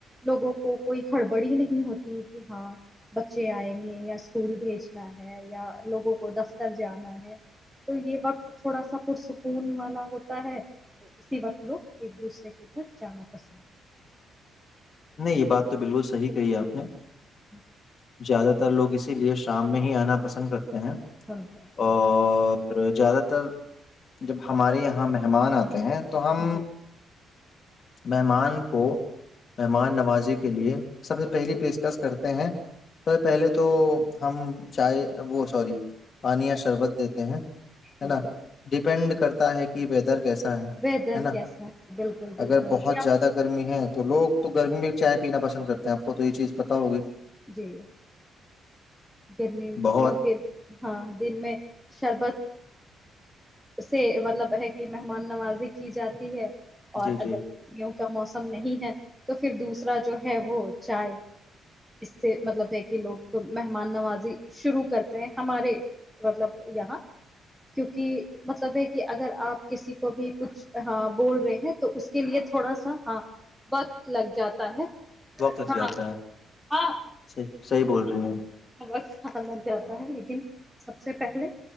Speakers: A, in the centre; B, on the left.
A: لوگوں کو کوئی ہڑبڑی نہیں ہوتی کہ ہاں بچے آئیں گے یا اسکول بھیجنا ہے یا لوگوں کو دفتر جانا ہے تو یہ وقت تھوڑا سا پرسکون والا ہوتا ہے تو اسی وقت لوگ ایک دوسرے کے گھر جانا پسند کرتے ہیں
B: نہیں یہ بات تو بالکل صحی کہی آپ نے
A: جی
B: زیادہ لوگ اسی لیے شام میں ہی آنا پسند کرتے ہیں
A: پسند کرتے
B: اور
A: ہیں
B: اور زیادہ تر جب ہمارے یہاں مہمان آتے ہیں تو ہم
A: جی
B: مہمان کو مہمان نوازی کے لیے سب سے
A: جی
B: پہلی پیشکش کرتے ہیں سب سے پہلے تو ہم چائے وہ سوری پانی یا شربت دیتے ہیں
A: بالکل
B: ہے نا ڈیپینڈ کرتے ہے کہ ویدر کے ایسا ہے
A: ویدر
B: ہے نا
A: کیسا ہے بالکل بالکل
B: اگر بہت
A: کیا
B: زیادہ گرمی ہے تو لوگ تو گرمیی میں چائے پینا پسند کرتے ہیں آپ کو تو یہ چیز پتا ہوگی
A: جی گرمیوں
B: بہت
A: کے ہاں دن میں شربت سے مطلب ہے کہ مہمان نوازی کی جاتی ہے اور
B: جی جی
A: اگر کا موسم نہیں ہے تو پھر دوسرا جو ہے وہ چائے اس سے مطلب ہے کہ لوگ مہمان نوازی شروع کرتے ہیں ہمارے مطلب یہاں کیونکہ مطلب ہے کہ اگر آپ کسی کو بھی کچھ بول رہے ہیں تو اس کے لیے تھوڑا سا ہاں وقت لگ جاتا ہے
B: وقت لگ
A: ہاں
B: جاتا ہے
A: ہاں
B: صحی صحیح بول رہے ہ <unintelligible>
A: وقت ہ لگ جاتا ہے لیکن سب سے پہلے